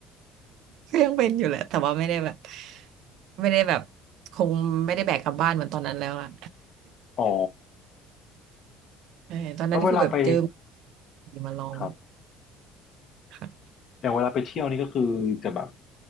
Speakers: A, on the right (about 70°); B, on the left (about 45°).
A: ก็ยังเป็นอยู่แหละแต่ว่าไม่ได้แบบไม่ได้แบบคงไม่ได้แบกกลับบ้านเหมือนตอนนั้นแล้วอ่ะ
B: อ๋อ
A: <laughs> ใช่ตอนนั้นคือแบบเจอ
B: แล้วเวลาไป
A: มาลอง
B: ครับ
A: ค่ะ
B: อย่างเวลาไปเที่ยวนี่ก็คือจะแบบ